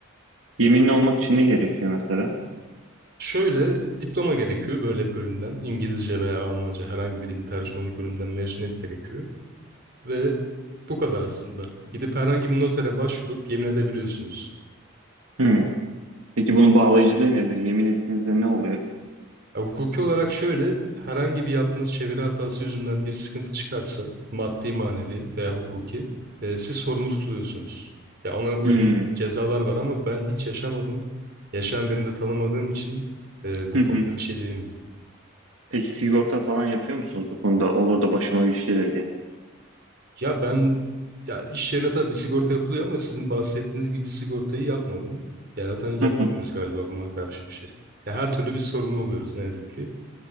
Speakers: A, on the right (about 80°); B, on the right (about 50°).
A: Yeminli olmak için ne gerekiyor mesela?
B: Şöyle diploma gerekiyor böyle bir bölümden. İngilizce veya Almanca herhangi bir dilin tercümanlık bölümünden mezuniyet gerekiyor. Ve bu kadar aslında. Gidip herhangi bir notere başvurup yemin edebiliyorsunuz.
A: Hmm. Peki bunun bağlayıcılığı nedir? Yemin ettiğinizde ne oluyor?
B: Ya, hukuki olarak şöyle, herhangi bir yaptığınız çeviri hatası yüzünden bir sıkıntı çıkarsa, maddi, manevi veya hukuki, e, siz sorumlu tutuluyorsunuz. Ya ona uygun
A: Hmm.
B: cezalar var ama ben hiç yaşamadım. Yaşayan birini de tanımadığım için e, bu
A: Hı hı.
B: konuda bir şey diyemeyeceğim.
A: Peki sigorta falan yapıyor musunuz bu konuda? Olur da başıma bir şey gelir diye.
B: Ya ben ya iş yerine tabii bir sigorta yapılıyor ama sizin bahsettiğiniz gibi bir sigortayı yapmadım. Ya zaten yapamıyoruz
A: Hı hı.
B: galiba buna karşı bir şey. Ya her türlü bir sorumlu oluyoruz ne yazık ki.